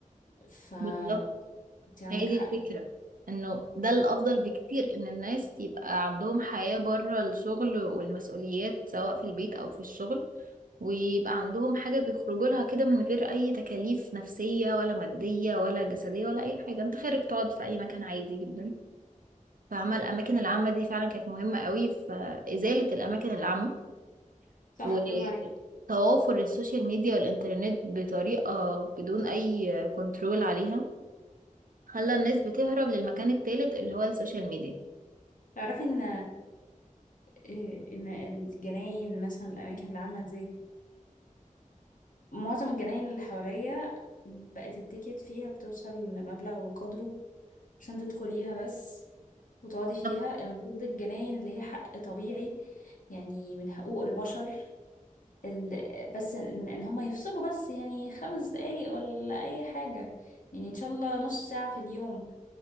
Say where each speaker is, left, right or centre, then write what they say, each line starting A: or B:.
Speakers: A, on the left (about 75°); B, on the right (about 80°).
A: فانت
B: بالظبط،
A: عندك
B: هي دي
A: حق
B: الفكرة انه ده الافضل بكتير ان الناس يبقى عندهم حياة بره الشغل والمسؤوليات سواء في البيت او في الشغل ويبقى عندهم حاجة بيخرجوا لها كده من غير اي تكاليف نفسية ولا مادية ولا جسدية ولا اي حاجة انت خارج تقعد في اي مكان عادي جدا فعمل الاماكن العامة دي فعلا كانت مهمة قوي في ازالة الاماكن العامة
A: صح
B: وتوافر
A: برافو عليكي
B: السوشيال ميديا والانترنت بطريقة بدون اي كنترول عليها خلى الناس بتهرب للمكان التالت اللي هو السوشيال ميديا
A: تعرفي ان إيه، ان الجناين مثلا الاماكن اللي عامله زي معظم الجناين اللي حواليا بقت التيكت فيها بتوصل لمبلغ وقدره عشان تدخليها بس وتقعدي فيها
B: طب
A: المفروض الجناين اللي هي حق طبيعي يعني من حقوق البشر ال... بس ان, إن هما يفصلوا بس يعني خمس دقايق ولا اي حاجة يعني ان شاء الله نص ساعة في اليوم